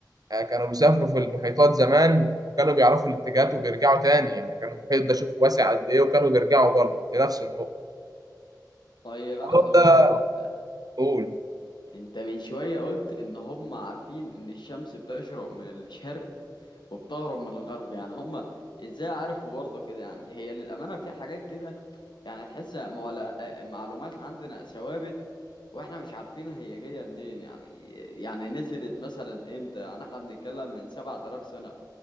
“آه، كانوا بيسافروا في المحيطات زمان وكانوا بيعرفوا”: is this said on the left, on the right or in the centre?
Right